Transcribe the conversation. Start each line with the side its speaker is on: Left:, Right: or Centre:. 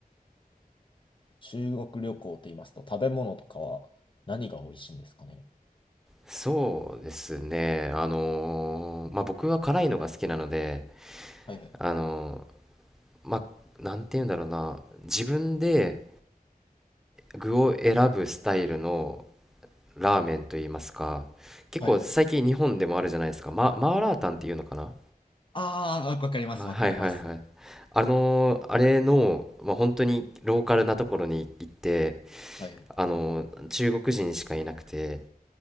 Left: 中国旅行と言いますと、食べ物とかは何が美味しいんですかね。
Centre: そうですね。あのーまあ、僕は辛いのが好きなので、
Left: はいはい。
Centre: あのーまあ、なんて言うんだろうな。自分で具を選ぶスタイルのラーメンと言いますか。結構最近日本でもあるじゃないですか。
Left: はいはい。
Centre: ま、マーラータンっていうのかな
Left: ああ、わかります、
Centre: は、
Left: わかります。
Centre: はいはいはい。あのーあれの、まあ、本当にローカルなところに行って、
Left: はい。
Centre: あのー中国人しかいなくて、